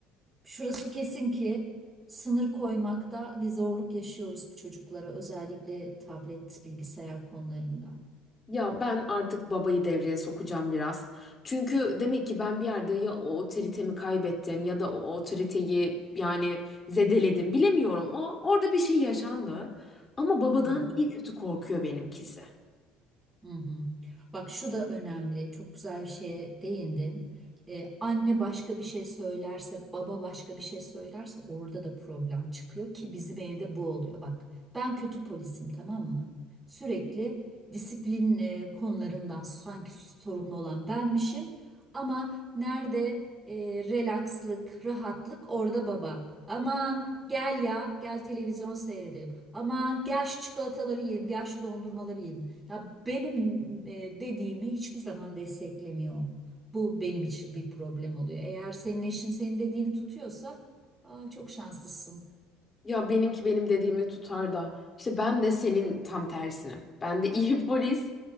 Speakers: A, on the right (about 15°); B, on the left (about 25°).
A: Şurası kesin ki sınır koymakta bir zorluk yaşıyoruz bu çocuklara özellikle tablet, bilgisayar konularında.
B: Ya ben artık babayı devreye sokacağım biraz. Çünkü demek ki ben bir yerde ya o otoritemi kaybettim ya da o otoriteyi yani zedeledim. Bilemiyorum. O orada bir şey yaşandı. Ama babadan
A: Hı hı.
B: iyi kötü korkuyor benimkisi.
A: Hı hı. Bak şu da önemli. Çok güzel bir şeye değindin. Ee, anne başka bir şey söylerse, baba başka bir şey söylerse orada da problem çıkıyor ki bizim evde bu oluyor. Bak ben kötü polisim tamam mı? Sürekli disiplin e, konularından sanki sorumlu olan benmişim ama nerede e, relakslık, rahatlık orada baba. Aman gel ya, gel televizyon seyredelim. Aman gel şu çikolataları yiyelim, gel şu dondurmaları yiyelim. Ya benim e, dediğimi hiçbir zaman desteklemiyor. Bu benim için bir problem oluyor. Eğer senin eşin senin dediğini tutuyorsa, aa, çok şanslısın.
B: Ya benimki benim dediğimi tutar da işte ben de senin tam tersini. Ben de iyi <laughs> polis